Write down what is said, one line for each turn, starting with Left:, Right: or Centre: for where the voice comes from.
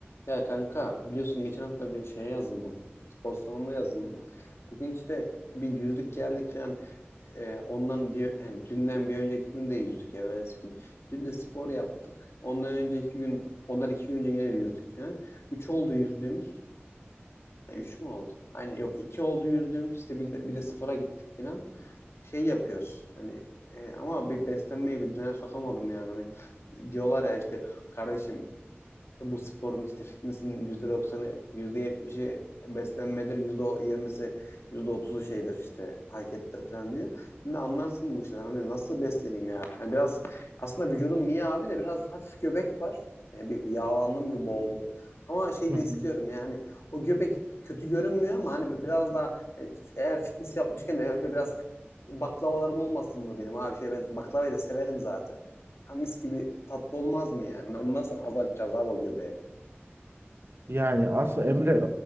Left: Ya kanka biliyorsun geçen hafta bir şeye yazıldım. Spor salonuna yazıldım. Bugün işte bir yüzdük geldik falan. Ee, ondan bir yani dünden bir önceki gün de yüzdük evvelsi gün. Dün de spor yaptık. Ondan önceki gün ondan iki gün önce yine de yüzdük falan. Üç oldu yüzdüğümüz. Ha, üç mü oldu? Aynen yok iki oldu yüzdüğümüz. İşte bir de, bir de spora gittik falan. Şey yapıyoruz. Hani e, ama bir beslenmeyi bir düzene sokamadım yani. Hani diyorlar ya işte kardeşim bu sporun işte fitness'in yüzde doksanı yüzde yetmişi beslenmedir, yüzde yirmisi yüzde otuzu şeydir işte harekettir falan diyor. Şimdi anlarsın bu işten hani nasıl besleneyim ya. Yani biraz aslında vücudum iyi abi de biraz hafif göbek var. Yani bir yağlandım gibi oldu. Ama şey
Right: Hı
Left: de
Right: hı.
Left: istiyorum yani o göbek kötü görünmüyor ama hani biraz daha e, eğer fitness yapmışken de şöyle biraz baklavalarım olmasın mı benim abi şey ben baklavayı da severim zaten. Ha, mis gibi tatlı olmaz mı yani? Onu nasıl azaltacağız abi o göbeği?
Right: Yani aslında Emre